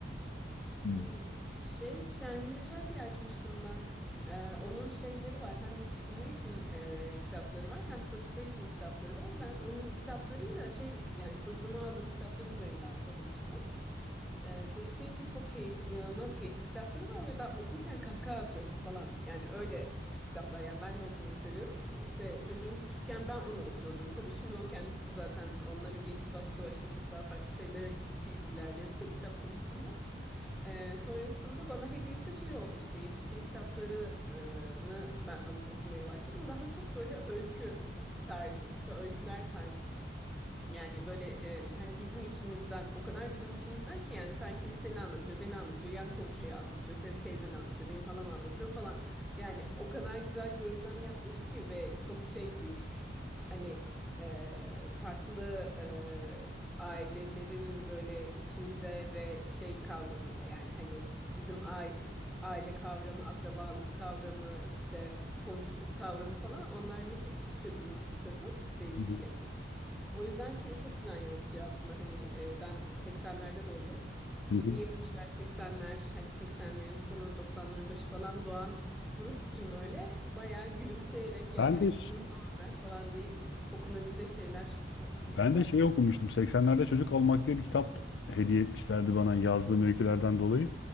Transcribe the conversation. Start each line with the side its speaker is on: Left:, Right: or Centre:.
Left: Hmm.
Centre: Yani şey Şermin Yaşar diye açmıştım ben. Ee, onun şeyleri var. Hem yetişkinler için e, kitapları var, hem çocuklar için kitapları var. Ben onun kitaplarıyla şey yani çocuğuma aldığım kitaplar üzerinden tanıştım. Ee, çocukluğu için çok keyifli, inanılmaz keyifli kitapları var ve ben okurken kahkaha atıyorum falan. Yani öyle kitaplar. Yani ben de okumayı seviyorum. İşte çocuğum küçükken ben onu okuyordum tabii. Şimdi o kendisi zaten onları geçti başka başka çok daha farklı şeylere e, ilerledi de kitap konusunda. Ee, sonrasında bana hediyesi de şey oldu işte yetişkin kitaplarını ben alıp okumaya başladım. Daha çok böyle öykü tarzı, kısa öyküler tarzı yani böyle e, hani bizim içimizden o kadar bizim içimizden ki yani sanki seni anlatıyor, beni anlatıyor, yan komşuyu anlatıyor, senin teyzeni anlatıyor, benim halam anlatıyor falan. Yani o kadar güzel gözlem yapmış ki ve çok şey büyümüş. Hani e, farklı e, ailelerin böyle içinde ve şey kavramıyla yani hani bizim aile, aile kavramı, akrabalık kavramı, işte komşuluk kavramı falan onlarla çok iç içe büyümüş bir kadın belli
Left: Hı
Centre: ki. O yüzden şeyi çok güzel yansıtıyor aslında hani e, ben 80'lerde doğdum.
Left: hı.
Centre: İşte 70'ler, 80'ler, hadi 80'lerin sonu, 90'ların başı falan doğan grup için böyle bayağı gülümseyerek ya
Left: Ben
Centre: evet
Left: de
Centre: bizim zamanlar falan diye okunabilecek şeyler aslında
Left: ben
Centre: güzel.
Left: de şey okumuştum. 80'lerde Çocuk Olmak diye bir kitap hediye etmişlerdi bana yazdığım öykülerden dolayı.